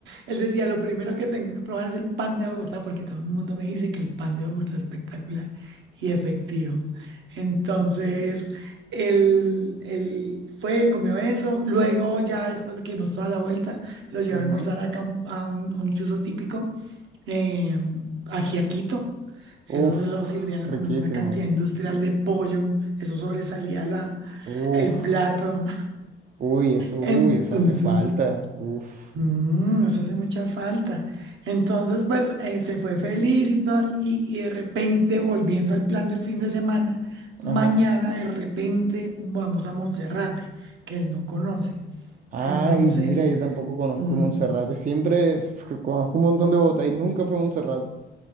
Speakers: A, on the right; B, on the right.
A: Él decía, lo primero que tengo que probar es el pan de Bogotá, porque todo el mundo me dice que el pan de Bogotá es espectacular y efectivo. Entonces, él, él fue, comió eso. Luego, ya después de que dimos toda la vuelta, lo llevé
B: Ujú.
A: a almorzar acá a un, a un- a un churro típico, eh, ajiaquito. Eso
B: Uf,
A: se lo sirvieron
B: riquísimo.
A: con una cantidad industrial de pollo. Eso sobresalía la,
B: Uf,
A: el plato.
B: uy, eso, uy,
A: Entonces,
B: eso hace falta. Uf,
A: mm, nos hace mucha falta. Entonces, pues él se fue feliz y todo, y, y de repente, volviendo al plan del fin de semana, mañana
B: ajá.
A: de repente vamos a Monserrate, que él no conoce.
B: Ay,
A: Entonces,
B: mira, yo tampoco conozco
A: mm,
B: Monserrate. Siempre s- conozco un montón de Bogotá y nunca fui a Monserrate.